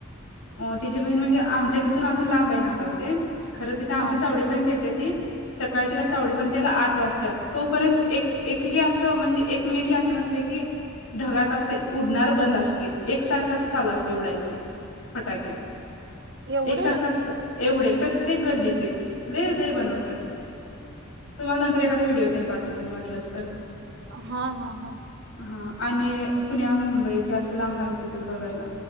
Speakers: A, on the left (about 90°); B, on the right (about 55°).
A: अ तिची बहीण म्हणजे आमच्या तिथून अजून लांब आहे नागाव तेन आगावते खरं तिथ आमच्या
B: हा
A: चावडीपर्यंत येत्यात सकाळी तिला चावडी पर्यंत यायला आठ वाजत्यात तोपर्यंत एक एक हि असं म्हणजे एक मिनिट ही असं नसतय की ढगात असे उडणार बंद असते एकसारखाच चालू असते उडायचं फटाके.
B: एवढे
A: एकसारख अस एवढे प्रत्येक गल्लीचे लय लय बनवत्यात. तुम्हाला नंतर एखादा व्हिडिओ तेन पाठवतो मी वाटल्यास तर
B: हा हा हा.
A: हा आणि पुण्या मुंबईचे असं लांब-लांबचेे येतात बघायला.